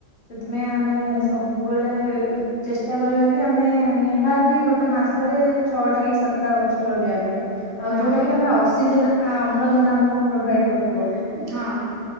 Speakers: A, on the left; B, on the right.
A: ସେଥିପାଇଁ ଆମେ ସବୁବେଳେ? ଚେଷ୍ଟା କରିବା କି ଆମେ ନିହାତି ଗୋଟେ ମାସରେ? ଛଅଟା କି ସାତଟା ଗଛ ଲଗେଇବା ପାଇଁ
B: ହଁ
A: ଆଉ ଯୋଉଟା
B: ହଁ।
A: କି ଆମେ ଅକ୍ସିଜେନ? ଆ ଅମ୍ଳଜାନ ଆମକୁ ପ୍ରୋଭାଇଡ୍ କରୁଥିବ।
B: ହଁ ହଁ।